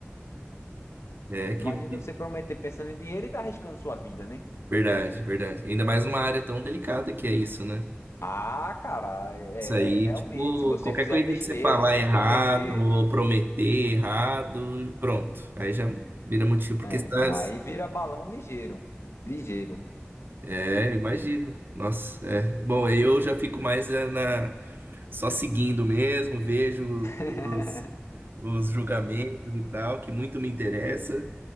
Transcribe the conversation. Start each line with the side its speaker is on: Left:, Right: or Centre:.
Right: É
Left: não
Right: que.
Left: adianta
Right: vi-
Left: você prometer pensando em dinheiro e tá arriscando sua vida, né?
Right: Verdade, verdade. Ainda mais uma área tão delicada que é isso, né?
Left: Ah, cara, é,
Right: Isso aí,
Left: é, realmente,
Right: tipo,
Left: se você
Right: qualquer
Left: fizer
Right: coisinha
Left: besteira,
Right: que você falar
Left: você
Right: errado,
Left: prometer,
Right: ou prometer errado, pronto. Aí já vira motivo, porque
Left: é,
Right: você tá
Left: aí vira balão ligeiro, ligeiro.
Right: É, eu imagino. Nossa, é. Bom, aí eu já fico mais é, na só seguindo mesmo, vejo os,
Left: <laughs>
Right: os, os julgamentos e tal, que muito me interessa,